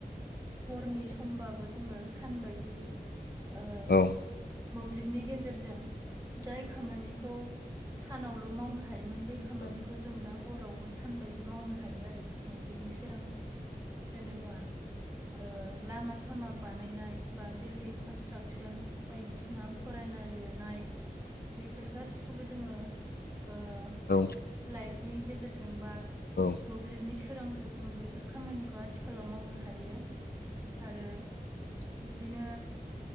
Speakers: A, on the right (about 20°); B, on the left (about 75°).
A: हरनि समबाबो जोंङो सान बायदि ओ
B: औ
A: मोब्लिबनि गेजेरजों जाय खामानिखौ सानावल' मावनो हायोमोन बे खामानिखौ
B: औ
A: जों दा हरावबो सानबायदि मावनो हायो आरो। मोब्लिबनि सोरांजों जेनेबा ओ लामा सामा बानायनाय बा बिल्डिं कनस्ट्राकसन बायदिसिना फरायनाय लिरनाय। बेफोर गासिखौबो जोंङो ओम
B: औ।
A: लाइटनि गेजेरजों बा
B: औ।
A: मोब्लिबनि सोरांजों जो बेफोर खामानिखौ आथिखालाव मावनो हायो। आरो बिदिनो